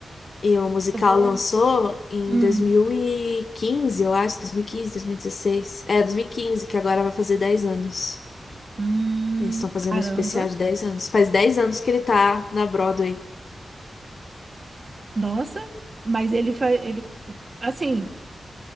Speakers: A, on the left; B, on the right.
A: E o musical
B: eu vou.
A: lançou em
B: Hum,
A: dois mil e quinze eu acho, 2015, 2016. É, 2015 que agora vai fazer 10 anos.
B: hum,
A: Eles estão fazendo
B: caramba.
A: um especial de 10 anos. Faz dez anos que ele tá na Broadway.
B: Nossa, mas ele faz, ele, assim,